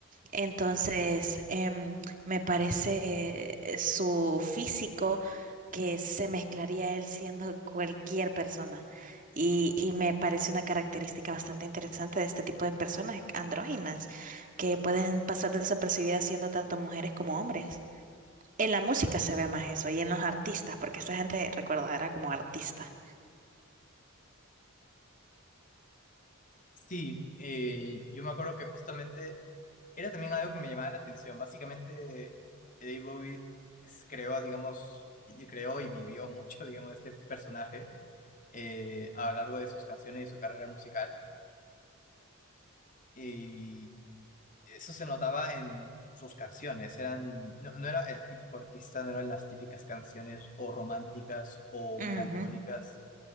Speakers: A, on the right; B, on the left.
A: Entonces, em, me parece eh, su físico que se mezclaría él siendo cualquier persona. Y, y me parece una característica bastante interesante de este tipo de personas andróginas, que pueden pasar desapercibidas siendo tanto mujeres como hombres. En la música se ve más eso y en los artistas, porque esta gente, recuerda, era como artista.
B: sí. eh, yo me acuerdo que justamente Era también algo que me llamaba la atención. Básicamente, Eddie Bowie es- creó, digamos, y- creó y vivió mucho, <laughs> digamos, este personaje eh, a lo largo de sus canciones y su carrera musical. Y eso se notaba en sus canciones. Eran, no, no era el típico artista, no eran las típicas canciones o románticas o
A: Ujú.
B: melancólicas